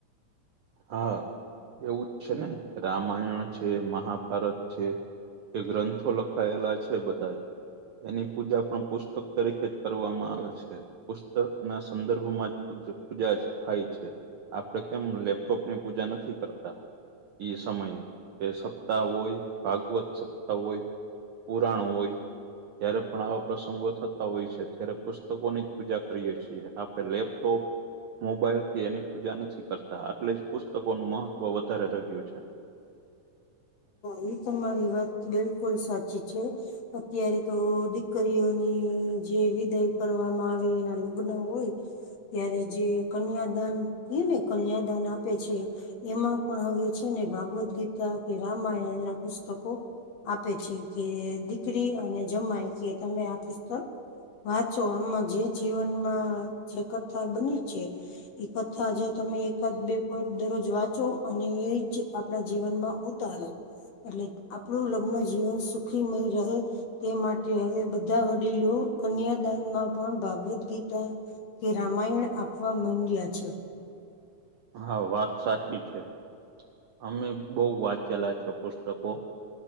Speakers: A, on the right; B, on the left.
A: હા એવું જ છે ને, રામાયણ છે, મહાભારત છે. જે ગ્રંથો લખાયેલા છે બધા એની પૂજા પણ પુસ્તક તરીકે જ કરવામાં આવે છે. પુસ્તક ના સંદર્ભમાં પૂજા થાય છે. આપડે કેમ લેપ તોપની પૂજા નથી કરતા. એઈ સમયે એ સપ્તાહ હોય, ભાગવત સપ્તાહ હોય પુરાણું હોય. જયારે પણ આવા પ્રસંગો થતા હોય છે, ત્યારે પુસ્તકોની જ પૂજા કરીએ છીએ આપણે લેપટોપ મોબાઈલથી એની પૂજા નથી કરતા આટલે જ પુસ્તકોનું મહત્વ વધારે રહ્યું છે.
B: હ એ તમારી વાત બિલકુલ સાચી છે. અત્યારે તો દીકરીઓની જે વિદાય કરવામાં આવે એના લગ્ન હોય, ત્યારે જે કન્યાદાન ક ને કન્યાદાન આપે છે. એમાં પણ હવે છે ને, ભાગવદ્ ગીતા કે રામાયણ ના પુસ્તકો આપે છે કે દીકરી અને જમાય કે તમે આ પુસ્તક વાંચો આમાં જે જીવનમાં જે કથા બની છે. એક થા જો તમે એકાદ બે પોઈન્ટ દરરોજ વાંચો અને એ જ આપણા જીવનમાં ઉત એટલે આપણું લગ્ન જીવન સુખીમય રહે. તે માટે હવે બધા વડીલો કન્યાદાનમાં પણ ભાગવદ ગીતા કે રામાયણ આપવા મંડ્યા છે.
A: હા વાત સાચી છે. અમે બહુ વાંચેલા છ પુસ્તકો